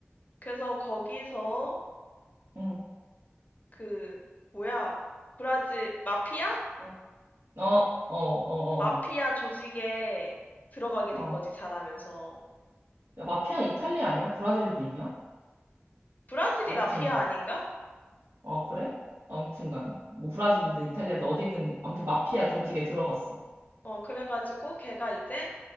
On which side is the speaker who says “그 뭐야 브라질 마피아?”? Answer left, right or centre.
Left